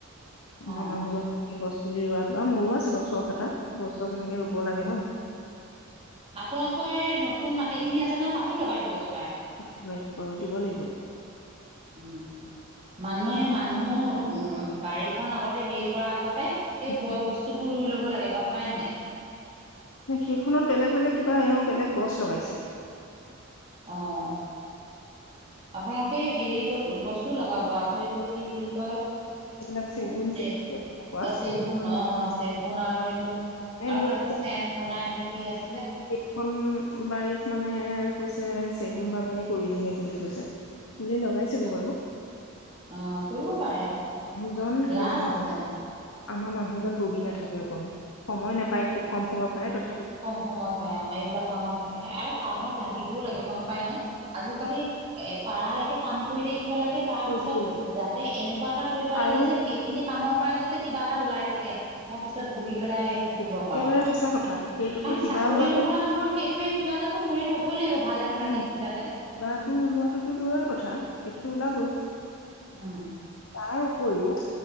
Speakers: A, on the left; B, on the right.
A: আমাৰ
B: অ
A: মানুহজন এ' গছ পুলি ৰোৱাত বা মোৰো আছে বাৰু। চখ এটা গছ - গছনিকে ৰুব লাগে ন'।
B: আপোনালোকৰ এই নতুন মাটি খিনি আছে ন' তাতো লগাই দিবগৈ।
A: <unintelligible> দিব লাগিব।
B: উম, মানুহে মানুহ হম, বাৰীখন আগতে হেৰি কৰা আগতে সেই
A: উম,
B: বয় বস্তু বোৰ ৰুই লব লাগে গম পায় নে নাই।
A: সেইখনত বেলেগ- বেলেগ কিবা এও বেলেগ গছ লগাইছে।
B: অহ, আপোনালোকে হেৰি কত গছো লগাব আকৌ এইটো কি বুলি কয়
A: এইবিলাক চেগুন
B: এ' তে
A: চেগুন তেনেকুৱা
B: চেগুন অহ চেগুন আৰু এইটো আৰু
A: এ মোক
B: এটা যে চেণ্ট বনাই সেইটো কি আছ
A: এইখন বাৰীত মানে কৈছে চেগুন বাগানে কৰি দিওঁ নেকি বুলি কৈছে। নিজে লগাইছে গৈ বাৰু।
B: অহ, কৰিব পাৰে।
A: ভুজন কি
B: লাভ
A: জানা?
B: আছে।
A: আমাৰ মানুহজন বহি নাথাকে অকণো সময় নাপায় খুব কম সময় পায় তথা
B: কম সময় পায় অহ এইবিলাক কামত থাকে আৰু কামত লাগিবও লাগে গম পাই নে আজিকালি এ' পাৰালৈকে কাম কৰি থাকিব লাগে তাৰপিছত
A: কৰি থাকিব লাগে
B: যাতে এনেকুৱা এটা কৰিব লাগে
A: আৰু
B: যে সেইখিনি কামক পাই যাতে কিবা এটা ওলাই থাকে মই পিছত বহি পেলাই থাকিব
A: একেবাৰে
B: পাৰো।
A: সঁচা কথা সেইটোতো
B: কাৰণ
A: কিবা
B: চাকৰি
A: ওলোৱাটো
B: নকৰা মানুহৰ সেইটোয়ে কিবা এটাটো কৰি থবই লাগিব। ভালে থকা
A: উম,
B: দিনকেইটাতে।
A: বা তো ওলোৱাটোতো দূৰৰে কথা সটোতো ওলাবই। তাৰ
B: উম।
A: উপৰিও